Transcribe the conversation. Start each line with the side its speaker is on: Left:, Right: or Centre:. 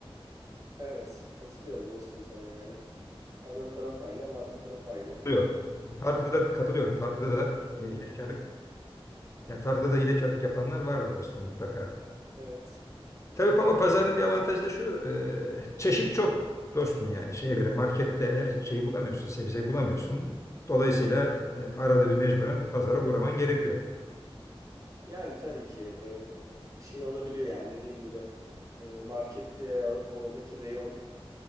Right: Evet. Katılıyorum dostum sana yani. Hem ön taraf aynı hem arka taraf aynı.
Left: oluyor. Tartıda
Right: Evet.
Left: da katılıyorum. Tartıda da e, hilekarlık yani tartıda da hilekarlık yapanlar vardır dostum mutlaka.
Right: Evet.
Left: Tabii ama pazarın bir avantajı da şu. e, çeşit çok dostum yani. Şeye göre markette her şeyi bulamıyorsun. Sebzeyi bulamıyorsun. Dolayısıyla e, arada bir mecburen pazara uğraman gerekiyor.
Right: Yani tabii ki e, şey olabiliyor yani dediğin gibi e, markette oradaki reyonun